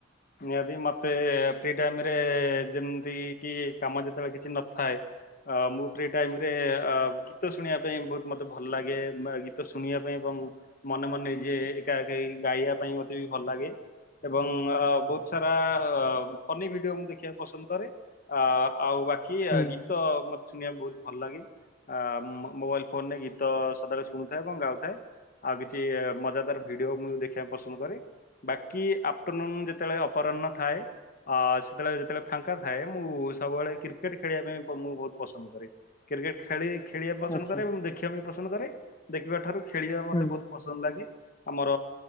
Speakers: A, on the left; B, on the left.
A: ନିହାତି ମତେ ଫ୍ରି ଟାଇମରେ ଯେମିତି କି କାମ ଯେତେବେଳେ କିଛି ନଥାଏ ଅ ମୁଁ ଫ୍ରି ଟାଇମରେ ଅ ଗୀତ ଶୁଣିବା ପାଇଁ ବହୁତ ମୋତେ ଭଲ ଲାଗେ ବା ଗୀତ ଶୁଣିବା ପାଇଁ ଏବଂ ମନେ ମନେ ଯିଏ ଏକାକୀ ଗାଇବା ପାଇଁ ମୋତେ ବି ଭଲ ଲାଗେ ଏବଂ ଆ ସାରା-ଆ-ଆ ଫନି ଭିଡିଓ ମୁଁ ଦେଖିବାକୁ ପସନ୍ଦ କରେ ଆ ଆଉ ବାକି କି
B: ହୁଁ
A: ଆ ଗୀତ ମତେ ଶୁଣିବାକୁ ବହୁତ ଭଲ ଲାଗେ। ଆ ମୋ ମୋବାଇଲ ଫୋନରେ ଗୀତ ସଦାବେଳେ ଶୁଣୁଥାଏ ଏବଂ ଗାଉଥାଏ ଆଉ କିଛି ମଜାଦାର ଭିଡିଓ ମୁଁ ଦେଖିବାକୁ ପସନ୍ଦ କରେ ବାକି ଆଫ୍ଟରନୁନ ଯେତେବେଳେ ଅପରାହ୍ନ ଥାଏ ଆ ସେତେବେଳେ ଯେତେବେଳେ ଫାଙ୍କା ଥାଏ ମୁଁ ସବୁବେଳେ କ୍ରିକେଟ ଖେଳିବା ପାଇଁ ତ ମୁଁ ବହୁତ ପସନ୍ଦ କରେ, କ୍ରିକେଟ ଖେଳେ ଖେଳିବା ପସନ୍ଦ
B: ଆଚ୍ଛା
A: କରେ ଏବଂ ଦେଖି ଦେଖିବା ବି ପସନ୍ଦ କରେ ଦେଖିବା ଠାରୁ ଖେଳିବା ମତେ
B: ହୁଁ
A: ବହୁତ ପସନ୍ଦ ଲାଗେ ଆମର